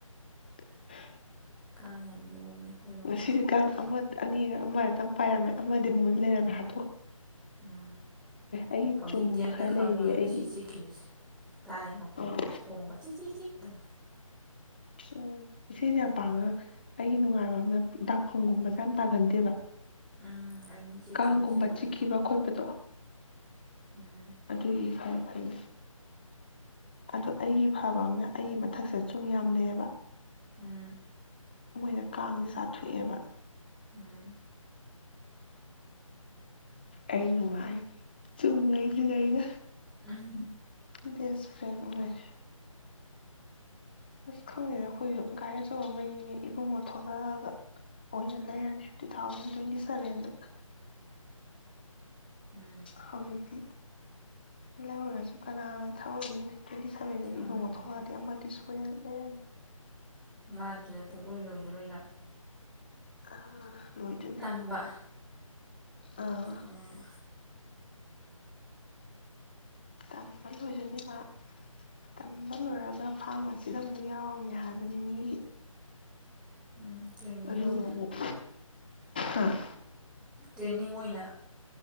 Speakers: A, on the left; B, in the centre.
A: ꯫
B: ꯀꯥꯡ ꯌꯥꯝ ꯌꯣꯝꯃꯦ ꯑꯩꯈꯣꯏꯔꯣꯝꯗꯤ
A: ꯉꯁꯤꯗꯤ ꯇꯥꯪ ꯑꯃ ꯑꯅꯤꯔ ꯑꯃꯗꯪ ꯄꯥꯏꯔꯝꯃꯦ ꯑꯃꯗꯤ ꯃꯨꯟ ꯂꯩꯔꯝꯃꯦ ꯍꯥꯏ
B: ꯎ
A: ꯑꯩꯒꯤ
B: ꯍꯧꯖꯤꯛꯇꯤ
A: ꯆꯨꯝ
B: ꯑ ꯑꯃꯝꯇ
A: ꯈꯔ
B: ꯈꯪꯉꯣꯏꯕ
A: ꯂꯩꯔꯤꯌꯦ ꯑꯩꯒꯤ
B: ꯁꯤ ꯆꯤꯛꯈꯤꯕꯁꯤ ꯇꯥꯏ ꯃꯈꯣꯟ
A: ꯎꯝ
B: ꯈꯣꯡꯕ ꯆꯤꯛ ꯆ ꯆꯤꯛ ꯇꯧ
A: ꯑꯣ ꯏꯆꯦꯁꯦ ꯌꯥꯝ ꯄꯥꯡꯉ ꯑꯩꯒꯤ ꯅꯨꯡꯉꯥꯏꯕ ꯑꯃꯅ ꯗꯥꯛꯐꯝꯒꯨꯝꯕꯁꯦ ꯌꯥꯝ ꯇꯥꯒꯟꯗꯦꯕ
B: ꯎꯝ ꯑꯩꯗꯤ ꯆꯤꯛꯈꯤꯕꯁꯦ
A: ꯀꯥꯡꯒꯨꯝꯕ
B: ꯑꯗꯨꯝ
A: ꯆꯤꯛꯈꯤꯕ ꯈꯣꯠꯄꯗꯣ
B: ꯎꯝ
A: ꯑꯗꯨꯒꯤ ꯐꯔ ꯍꯥꯏ ꯑꯗꯣ ꯑꯩꯒꯤ ꯐꯕ ꯑꯃꯅ ꯑꯩꯒꯤ ꯃꯊꯛꯁꯤꯗ ꯆꯨꯝ ꯌꯥꯝ ꯂꯩꯑꯕ
B: ꯎꯝ
A: ꯃꯣꯏꯅ ꯀꯥꯡꯁꯦ ꯆꯥꯊꯣꯛꯑꯦꯕ
B: ꯎꯝ
A: ꯑꯩ ꯅꯨꯡꯉꯥꯏ ꯆꯨꯝꯃꯅꯁꯤꯒꯏꯒ
B: ꯎꯝ
A: ꯕꯁ ꯐ꯭ꯔꯅ ꯑꯣꯏꯔꯦ ꯑꯁ ꯈꯪꯗꯦꯗ ꯑꯩꯈꯣꯏꯁꯨ ꯒꯥꯥꯏꯔꯤ ꯑꯆꯧꯕ ꯑꯃ ꯂꯩꯅꯤꯡꯉꯦ ꯏꯕꯨꯡꯉꯣ ꯊꯣꯛꯂꯛꯑꯒ ꯑꯣꯏꯅ ꯂꯩꯔꯅꯤ ꯇꯨ ꯊꯥꯎꯖꯟ ꯇ꯭ꯋꯦꯟꯇꯤ ꯁꯕꯦꯟꯗ
B: ꯎꯝ ꯎꯝ
A: ꯍꯧꯖꯤꯛꯇꯤ ꯂꯩꯨꯔꯁꯨ ꯀꯅꯥꯅꯣ ꯊꯑꯣꯔꯤꯅꯦ ꯇ꯭ꯋꯦꯟꯇꯤ ꯁꯚꯦꯟ
B: ꯎꯝ
A: ꯏꯕꯨꯡꯣ ꯊꯂꯑꯗꯦꯗꯤꯁꯨ ꯍ ꯂꯩ ꯌꯥꯅꯤ
B: ꯃꯥꯗꯨꯗ ꯄꯣꯛꯂꯣꯏ ꯂꯣꯏꯗꯔꯣꯏꯔꯥ
A: ꯑ ꯑꯣꯏꯗꯣꯏꯅꯤ
B: ꯇꯝꯕ
A: ꯑꯥ
B: ꯎꯝ
A: ꯇꯝꯕ ꯂꯣꯏꯖꯅꯦꯕ ꯇꯝꯕ ꯂꯣꯏꯔꯒ ꯐꯥꯔꯃꯥꯁꯤꯗ ꯑꯃꯨꯛ ꯌꯥꯎꯔꯅꯤ ꯍꯥꯏꯕꯅꯤ ꯃꯤꯒꯤ
B: ꯎꯝ ꯇ꯭ꯔꯦꯅꯤꯡ
A: ꯑꯗꯨꯒ
B: ꯑꯣꯏꯅ
A: ꯑꯃꯨꯛ ꯑ
B: ꯇ꯭ꯔꯦꯟꯅꯤꯡ ꯑꯣꯏꯅ